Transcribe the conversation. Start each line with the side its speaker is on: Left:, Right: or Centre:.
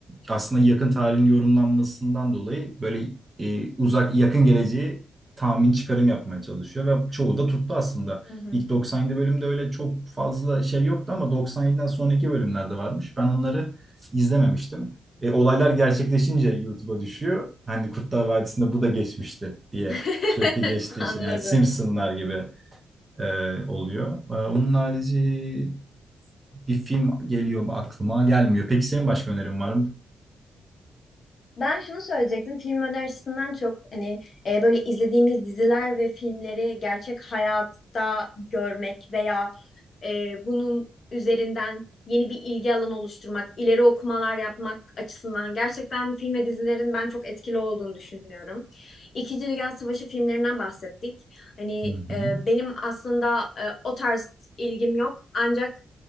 Right: aslında yakın tarihin yorumlanmasından dolayı böyle e, uzak yakın geleceği tahmin çıkarım yapmaya çalışıyor ve çoğu da tuttu aslında.
Left: Hı hı.
Right: İlk 97 bölümde öyle çok fazla şey yoktu ama 97'den sonraki bölümlerde varmış. Ben onları izlememiştim. E, olaylar gerçekleşince YouTube'a düşüyor. Hani Kurtlar Vadisi'nde bu da geçmişti diye
Left: <laughs>
Right: sürekli geçtiği
Left: Anladım.
Right: için yani Simpsonlar gibi e, oluyor. E, onun harici bir film geliyor aklıma gelmiyor. Peki senin başka önerin var mı?
Left: Ben şunu söyleyecektim. Film önerisinden çok hani e, böyle izlediğimiz diziler ve filmleri gerçek hayatta görmek veya e, bunun üzerinden yeni bir ilgi alanı oluşturmak, ileri okumalar yapmak açısından gerçekten film ve dizilerin ben çok etkili olduğunu düşünüyorum. İkinci Dünya Savaşı filmlerinden bahsettik. Hani
Right: Hı hı.
Left: e, benim aslında e, o tarz ilgim yok ancak